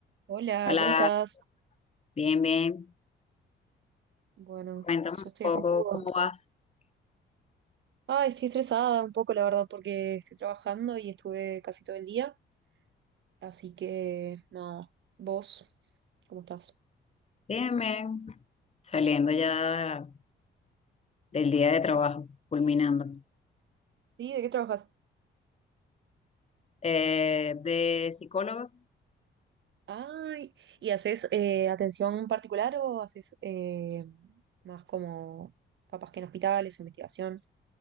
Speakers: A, on the right; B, on the left.
A: Hola,
B: Hola,
A: ¿cómo estás?
B: bien, bien.
A: Bueno,
B: Cuéntame un
A: yo estoy
B: poco
A: acá un poco.
B: cómo vas.
A: Ay, estoy estresada un poco, la verdad, porque estoy trabajando y estuve casi todo el día. Así que, no. ¿Vos, cómo estás?
B: Bien, bien. Saliendo ya del día de trabajo, culminando.
A: Sí, ¿de qué trabajas?
B: Eh, de psicólogo
A: Ay, ¿y haces eh, atención particular o haces eh, más como capaz que en hospitales o investigación?